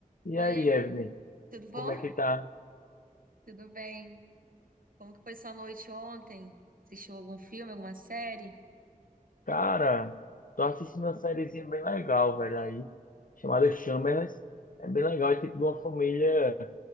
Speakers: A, on the left; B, on the right.
A: E
B: Oiê,
A: aí, Evelyn,
B: tudo bom?
A: como é que tá?
B: Tudo bem? Como que foi sua noite ontem? Assistiu algum filme, alguma série?
A: Cara, tô assistindo uma sériezinha bem legal, velho, aí, chamada Shameless. É bem legal, é tipo de uma família